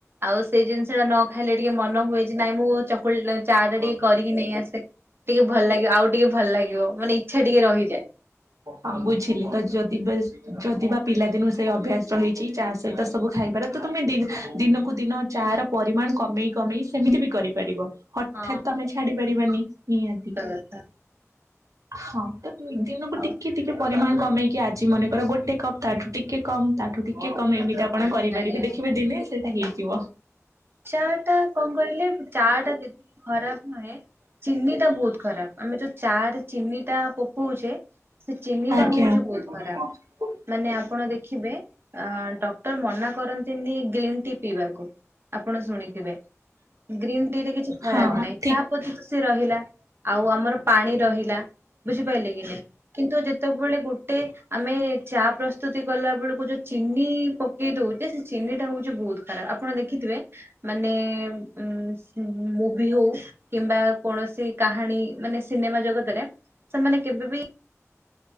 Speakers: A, on the right (about 45°); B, on the right (about 80°).
A: ଆଉ ସେଇ ଜିନିଷଟା ନ ଖାଇଲେ ଟିକେ ମନ ହୁଏ ଯେ ନାଇଁ ମୁଁ ଚକୁଳି ଚା ଟା
B: ହଁ
A: ଟିକେ କରିକି ନେଇ ଆସେ, ଟିକେ ଭଲ ଲାଗିବ। ଆଉ ଟିକେ ଭଲ ଲାଗିବ ମାନେ ଇଚ୍ଛା ଟିକେ ରହିଯାଏ।
B: ହଁ ବୁଝିଲି ତ ଯଦି ଯଦି ବା, ପିଲାଦିନୁ ସେଇ ଅଭ୍ୟାସ ରହିଛି ଚା ସ ସହିତ ସବୁ ଖାଇପାର, ତ ତମେ ଦିନକୁ ଦିନ ଚା ର ପରିମାଣ କମେଇ କମେଇ ସେମିତି ବି କରିପାରିବ। ହଠାତ୍
A: ହଁ
B: ତମେ ଛାଡି ପାରିବାନି ନିହାତି
A: ସତ କଥା
B: ହଁ <unintelligible> ସେମାନଙ୍କୁ
A: ଆଉ
B: ଟିକେ ଟିକେ ପରିମାଣ କମେଇକି, ଆଜି ମନେକର ଗୋଟେ କପ୍ ତାଠୁ ଟିକେ କମ୍ ତାଠୁ ଟିକେ କମ୍ ଏମିତି କମ୍ କରିପାରିବେ,
A: ଆଜ୍ଞା
B: ଦେଖିବେ ଦିନେ ସେଇଟା ହେଇଯିବ।
A: ଚା ଟା କଣ କହିଲେ ଚା ଟା ଖରାପ ନୁହେଁ, ଚିନିଟା ବହୁତ ଖରାପ। ଆମେ ଯୋଉ ଚା ରେ ଚିନିଟା ପକଉଚେ, ସେ ଚିନିଟା
B: ଆଜ୍ଞା।
A: ହଉଛି ବହୁତ ଖରାପ। ମାନେ ଆପଣ ଦେଖିବେ ଅ ଡକ୍ଟର ମନା କରନ୍ତିନି ଗ୍ରୀନ୍ ଟି ପିଇବାକୁ। ଆପଣ ଶୁଣିଥିବେ, ଗ୍ରୀନ୍ ଟି ରେ କିଛି ଖରାପ
B: ହଁ
A: ନାହିଁ
B: ଠିକ
A: ଚା ପତି ତ ସେ ରହିଲା। ଆଉ ଆମର ପାଣି ରହିଲା ବୁଝିପାରିଲେ କି ନାହିଁ, କିନ୍ତୁ ଯେତେବେଳେ ଗୋ ଗୋଟେ ଆମେ ଚା ପ୍ରସ୍ତୁତି କଲା ବେଳକୁ ମୁଁ ଯୋଉ ଚିନି ପକେଇ ଦଉଛେ ସେ ଚିନି ଟା ହଉଛି ବହୁତ ଖରାପ ଆପଣ ଦେଖିଥିବେ ମାନେ ଉ ମୁଭିି ହଉ କିମ୍ବା କୌଣସି କାହାଣୀ ମାନେ ସିନେମା ଜଗତରେ ସେମାନେ କେବେବି